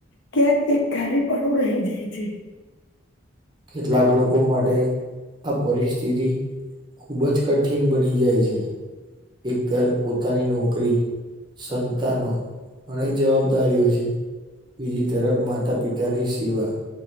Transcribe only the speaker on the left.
ક્યાંક એક ખાલી પાડું રહી જાય છે,